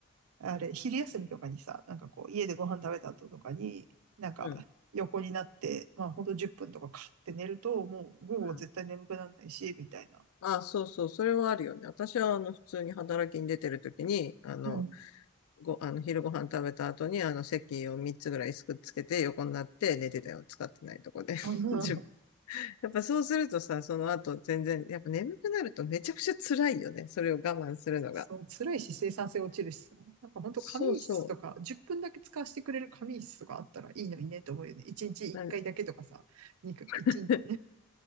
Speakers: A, on the right; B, on the left.
A: あれ、昼休みとかにさ、なんかこう、家でご飯食べた後とかに、なんか、
B: うん。
A: 横になって、まあ、ほんと10分とかかって寝ると、もう午後絶対眠くならないし、
B: うん。
A: みたいな。
B: あ、そうそう、それはあるよね。私は、あの、普通に働きに出てるときに、あの、
A: うん。
B: ご、あの、昼ご飯食べた後に、あの、席を3つぐらいすくっつけて、横になって寝てたよ。使ってないとこで。<laughs>
A: あの、
B: 自分やっぱそうするとさ、その後全然、やっぱ眠くなるとめちゃくちゃ辛いよね。それを我慢するのが。
A: そう、辛いし、生産性落ちるしさ。なんかほんと仮眠室とか、
B: そうそ
A: 10分だけ使わせてくれる仮眠室とかあったらいいのにね、と思うよね。1日1回だけとかさ、
B: う。なん
A: にかい回、1日、
B: <laughs>